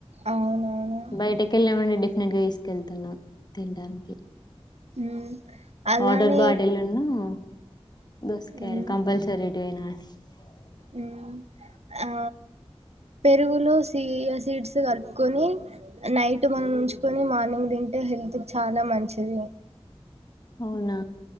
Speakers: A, on the right; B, on the left.
A: అవునవును
B: బయటకి వెళ్ళామే డెఫినెట్ గా తీసుకెళ్తున్నా తిండని
A: మ్మ్ అలానే
B: వాటర్ బాటిల్ ను దోసకాయలు
A: ఉమ్
B: కంపల్సరి <unintelligible>
A: ఉమ్ ఆ పెరుగులు సీ సీడ్స్ కలుపుకొని నైట్ మనం ఉంచుకొని, మార్నింగ్ తింటే హెల్త్ చాలా మంచిది
B: అవునా